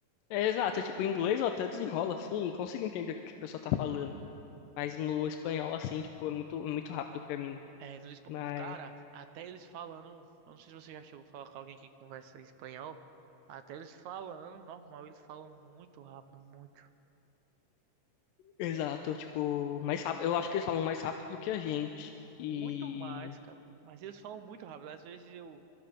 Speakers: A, on the left; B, on the right.
A: É, exato, tipo, em inglês eu até desenrolo, assim, e consigo entender o que que a pessoa tá falando. Mas no espanhol, assim, tipo, é muito, é muito rápido pra mim.
B: É, nos espa-
A: Mas
B: cara, até eles falando, eu não sei se você já chegou a falar com alguém que conversa espanhol, até eles falando, normal, eles falam muito rápido, muito,
A: Exato, tipo, mais rápido. Eu acho que eles falam mais rápido do que a gente.
B: muito
A: E,
B: mais, cara, muito mais. Eles falam muito rápido. Às vezes eu,